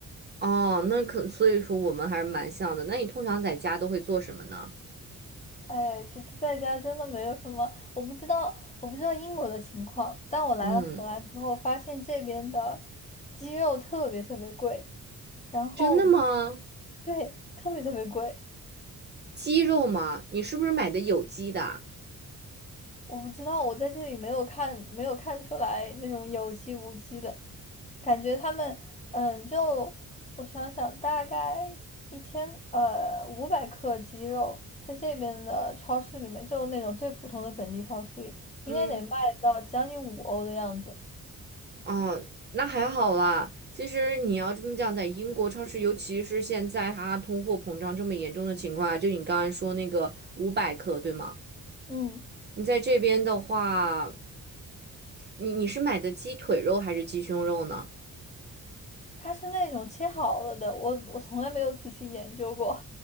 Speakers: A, on the right (about 30°); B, on the left (about 20°).
A: 哦，那可，所以说我们还是蛮像的。那你通常在家都会做什么呢？
B: 哎，其实在家真的没有什么，我不知道，我不知道英国的情况，但我来了荷兰之后，
A: 嗯，
B: 发现这边的鸡肉特别特别贵，然后
A: 真的吗？
B: 对，特别特别贵。
A: 鸡肉吗？你是不是买的有机的？
B: 我不知道，我在这里没有看，没有看出来那种有机无机的感觉。他们，嗯，就我想想，大概一千呃五百克鸡肉，在这边的超市里面，就那种最普通的本地超市里，应该得卖到将近五欧的样子。
A: 嗯，哦，那还好啦。其实你要这么讲，在英国超市，尤其是现在它通货膨胀这么严重的情况下，就你刚才说那个五百克，对吗？
B: 嗯，
A: 你在这边的话，你你是买的鸡腿肉还是鸡胸肉呢？
B: 它是那种切好了的，我我从来没有仔细研究过。